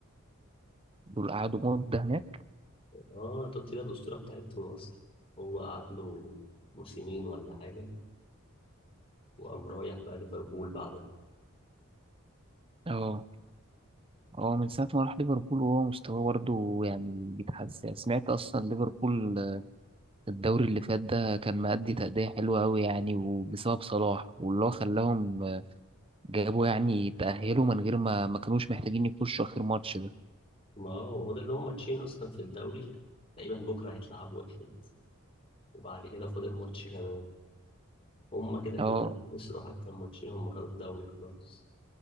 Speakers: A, on the right; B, on the left.
A: دول قعدوا مده هناك
B: اه توتي ده الأسطورة بتاعتهم أصلا هو قعد له موسمين ولا حاجة وقام رايح بقى ليفربول بعدها
A: اه هو من ساعة ما راح ليفربول وهو مستواه برضه يعني بيتحسن سمعت أصلا ليفربول الدوري اللي فات ده كان مأدي تأدية حلوة أوي يعني وبسبب صلاح واللي هو خلاهم جابوا يعني تأهلوا من غير ما ما كانوش محتاجين يخشوا آخر ماتش ده
B: ما آه، هو فاضل لهم ماتشين أصلا في الدوري تقريبا بكرة هيتلعب واحد وبعد كده فاضل ماتش كمان هما كده كده
A: اه
B: لما خسروا حتى الماتشين هما خدوا الدوري خلاص